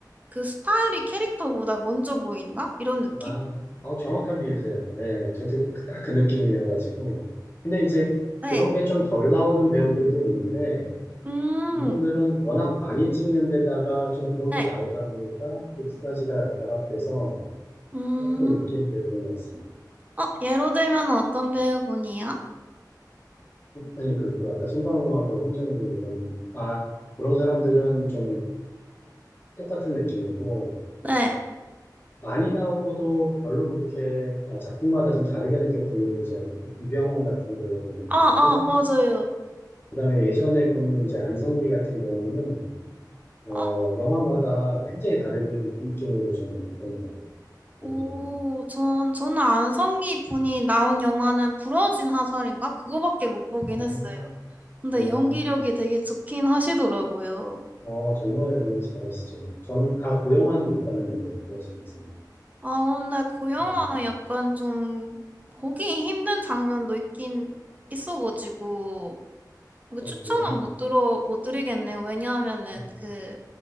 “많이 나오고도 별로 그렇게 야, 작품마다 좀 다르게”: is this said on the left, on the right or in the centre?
Left